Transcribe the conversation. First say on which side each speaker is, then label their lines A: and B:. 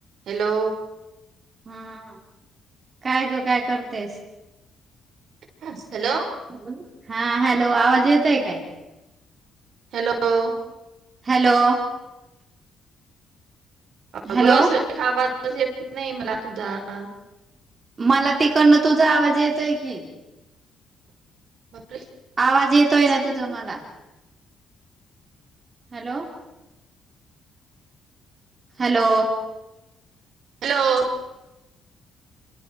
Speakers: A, on the right; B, on the right.
A: Hello.
B: हा काय ग काय करतेस.
A: ह हॅलो.
B: हॅो हा हॅलो आवाज येत आहे काय?
A: हॅलो.
B: हॅलो.
A: अगं
B: हॅलो
A: स खावा येत नाही मला तुझा हा.
B: मला तिकडनं तुझा आवाज येतोय की
A: बापरे
B: आवाज
A: कट
B: येतोय
A: कस
B: ना तुझं
A: काय?
B: मला. हॅलो. हॅलो.
A: हॅलो.